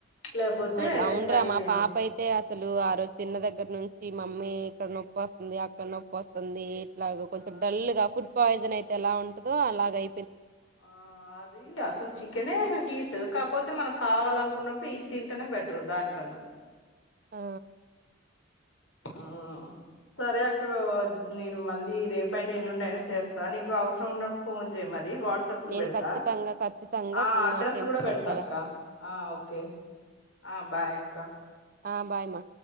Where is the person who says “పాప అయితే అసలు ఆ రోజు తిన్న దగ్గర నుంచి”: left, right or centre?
Right